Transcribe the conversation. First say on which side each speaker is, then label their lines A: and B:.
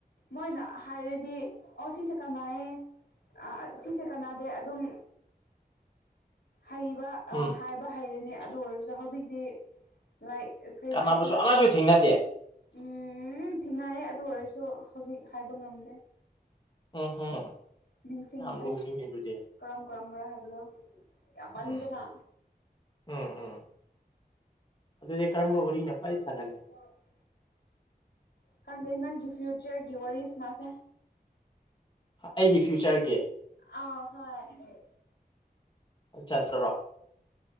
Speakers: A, on the left; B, on the left.
A: ꯃꯣꯏꯅ ꯍꯥꯏꯔꯗꯤ ꯑꯣ ꯁꯤꯁꯦ ꯀꯅꯩꯑꯦ ꯑꯥꯑꯥ ꯁꯤꯁꯦ ꯀꯅꯥꯗꯦ ꯑꯗꯨꯝ ꯍꯩꯕ
B: ꯎꯝ
A: ꯑꯥ ꯍꯥꯏꯕ ꯍꯩꯔꯅꯤ ꯑꯗꯨ ꯑꯣꯏꯔꯁꯨ ꯍꯧꯖꯤꯛꯇꯤ ꯂꯥꯏꯛ ꯀ꯭ꯔꯤ
B: ꯀꯥꯟꯅꯕꯁꯨ
A: ꯍꯥꯏꯁꯤꯔ
B: ꯑꯃꯁꯨ ꯊꯦꯡꯅꯗꯦ
A: ꯎꯝ ꯊꯦꯡꯅꯥꯏꯌꯦ ꯑꯗꯨ ꯑꯣꯏꯔꯁꯨ ꯍꯧꯖꯤꯛ ꯍꯥꯏꯕ ꯉꯝꯗꯦ
B: ꯎꯝ ꯍꯝ
A: ꯅꯤꯡꯁꯤꯡꯗ꯭ꯔꯦ
B: ꯌꯥꯝ ꯂꯨꯔꯤꯅꯦ ꯑꯗꯨꯗꯤ
A: ꯀꯔꯝ ꯀꯔꯝꯕ꯭ꯔꯥ ꯍꯥꯏꯕꯗꯣ ꯌꯥꯝꯃꯟꯗꯅ
B: ꯎꯝ ꯎꯝ ꯎꯝ ꯑꯗꯨꯗꯤ ꯀꯔꯝꯕ ꯋꯥꯔꯤꯅ ꯈ꯭ꯋꯥꯏ <unintelligible>
A: <unintelligible> ꯈꯪꯗꯦ ꯅꯪꯒꯤ ꯐ꯭ꯌꯨꯆꯔꯒꯤ ꯋꯥꯔꯤ ꯁ꯭ꯅꯥꯁꯦ
B: ꯑꯩꯒꯤ ꯐ꯭ꯌꯨꯆꯔꯒꯤ
A: ꯑꯥ ꯍꯣꯏ
B: <unintelligible>